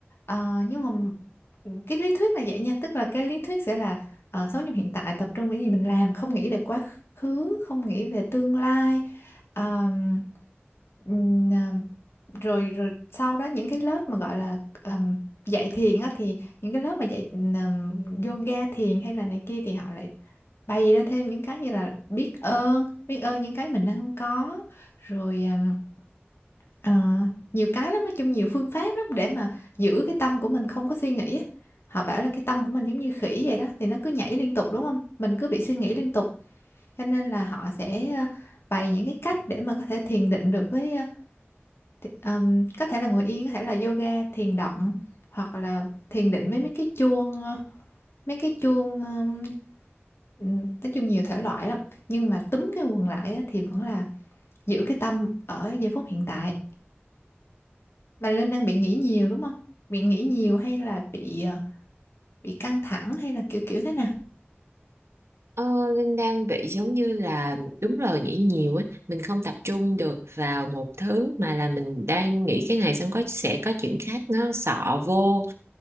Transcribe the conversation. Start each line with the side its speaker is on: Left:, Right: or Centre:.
Left: Ờ, nhưng mà ừ, cái lý thuyết là vậy nha tức là cái lý thuyết sẽ là ờ, sống trong hiện tại tập trung vào những gì mình làm không nghĩ về quá khứ không nghĩ về tương lai Ờm, ừm, rồi rồi sau đó những cái lớp mà gọi là ừm, dạy thiền á thì những cái lớp mà dạy ừm, yoga thiền hay là này kia thì họ lại bày ra thêm những cái như là biết ơn biết ơn những cái mình đang có rồi ừm, ờ, nhiều cái lắm nói chung nhiều phương pháp lắm để mà giữ cái tâm của mình không có suy nghĩ á họ bảo là cái tâm của mình giống như khỉ vậy đó thì nó cứ nhảy liên tục đúng không mình cứ bị suy nghĩ liên tục cho nên là họ sẽ ờ, bày những cái cách để mà có thể thiền định được với ờ, thì, ừm, có thể là ngồi yên, có thể là yoga, thiền động hoặc là thiền định với mấy cái chuông ờ, mấy cái chuông ừm, ừm, nói chung nhiều thể loại lắm nhưng mà túm cái quần lại á, thì vẫn là giữ cái tâm ở giây phút hiện tại mà Linh đang bị nghĩ nhiều đúng không? Bị nghĩ nhiều hay là bị ờ, bị căng thẳng hay là kiểu kiểu thế nào?
Right: Ờ, Linh đang bị giống như là đúng rồi nghĩ nhiều ấy mình không tập trung được vào một thứ mà là mình đang nghĩ cái này xong có sẽ có chuyện khác nó xọ vô